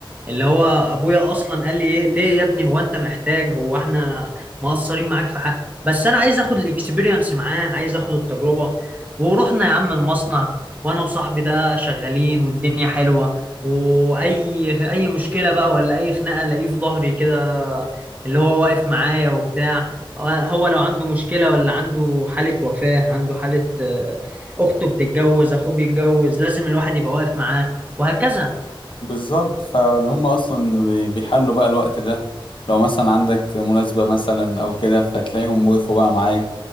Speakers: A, on the right; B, on the left.
A: اللي هو ابويا اصلا قال لي ايه ليه يا ابني هو انت محتاج هو احنا مقصرين معاك في حق بس انا عايز اخد الاكسبيرينس معاه عايز اخد التجربه ورحنا يا عم المصنع وانا وصاحبي ده شغالين والدنيا حلوة واي اي مشكلة بقى ولا اي خناقة الاقيه في ظهري كده اللي هو واقف معايا وبتاع هو لو عنده مشكلة ولا عنده حالة وفاة عنده حالة آه، اخته بتتجوز اخوه بيتجوز لازم الواحد يبقى واقف معاه وهكذا
B: بالظبط فهم اصلا بي- بيحلوا بقى الوقت ده لو مثلا عندك مناسبة مثلا او كده فتلاقيهم وقفوا بقى معاك